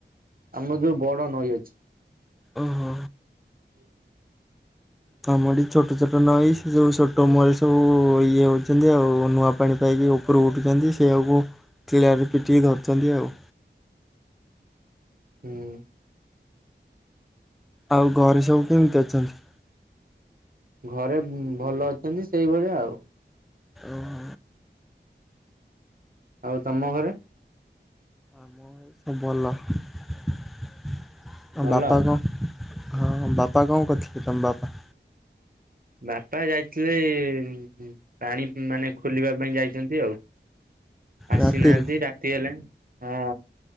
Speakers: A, on the right (about 50°); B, in the centre.
A: ଆମର ଯୋଉ ବଡ ନଈ ଅଛି।
B: ଓହୋ।
A: <inaudible>
B: ତମ ଏଠି ଛୋଟ ଛୋଟ ନଈ ସେ ସବୁ ଛୋଟ ମୁହଁରେ ସବୁ ଇଏ ହଉଚନ୍ତି ଆଉ ନୂଆ ପାଣି ପାଇକି ଉ ପରୁକୁ ଉଠୁଚନ୍ତି ସେଇଆକୁ କିଳାରେ ପିଟିକି ଧରୁଚନ୍ତି ଆଉ।
A: ହୁଁ।
B: ଆଉ ଘରେ ସବୁ କେମିତି ଅଛନ୍ତି?
A: ଘରେ ଉ ଭଲ ଅଛନ୍ତି ସେଇଭଳିଆ ଆଉ।
B: ଓହୋ।
A: ଆଉ ତମ ଘରେ?
B: ଆମ ଘରେ ସବୁ ଭଲ ଆଉ
A: ଭଲ?
B: ବାପା କଣ ହଁ ହଁ ବାପା କଣ କରୁଥିଲେ ତମ ବାପା?
A: ବାପା ଯାଇଥିଲେ ଉଁ ପାଣି ଉଁ ମାନେ ଖୋଲିବା ପାଇଁ ଯାଇଚନ୍ତି ଆଉ। ଆସିନାହାନ୍ତି
B: ରାତିରେ
A: ରାତି ହେଲାଣି ହଁ।